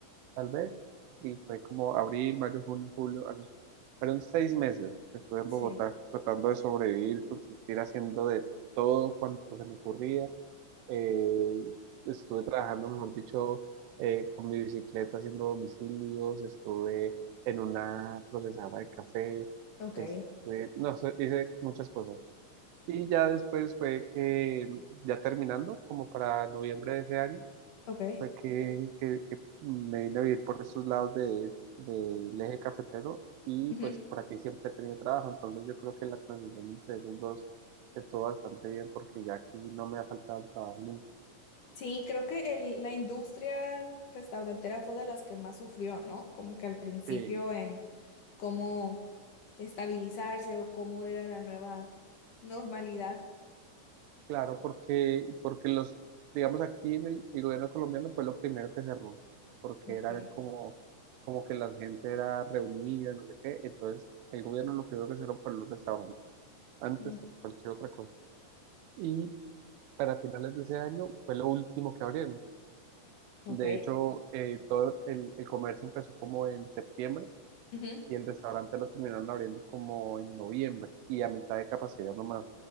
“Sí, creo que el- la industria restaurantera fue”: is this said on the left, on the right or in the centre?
Left